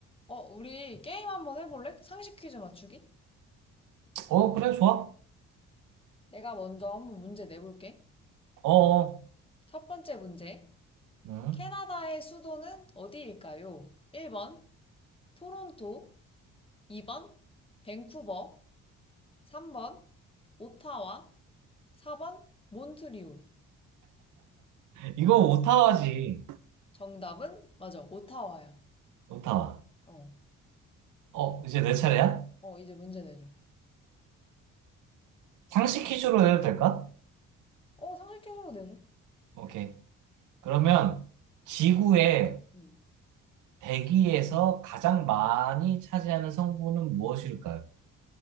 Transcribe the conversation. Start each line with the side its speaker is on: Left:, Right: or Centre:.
Left: 어, 우리 게임 한번 해볼래? 상식 퀴즈 맞추기?
Right: 어, 그래, 좋아.
Left: 내가 먼저 한번 문제 내볼게.
Right: 어, 어.
Left: 첫 번째 문제.
Right: 음.
Left: 캐나다의 수도는 어디일까요? 1번, 토론토. 2번, 밴쿠버. 3번, 오타와. 4번, 몬트리올.
Right: 이거 오타와지.
Left: 정답은? 맞아, 오타와야.
Right: 오타와.
Left: 어,
Right: 어, 이제 내 차례야?
Left: 어, 이제 문제 내줘.
Right: 상식 퀴즈로 해도 될까?
Left: 어, 상식 퀴즈로 내줘.
Right: 오케이. 그러면 지구의
Left: 음.
Right: 대기에서 가장 많이 차지하는 성분은 무엇일까요?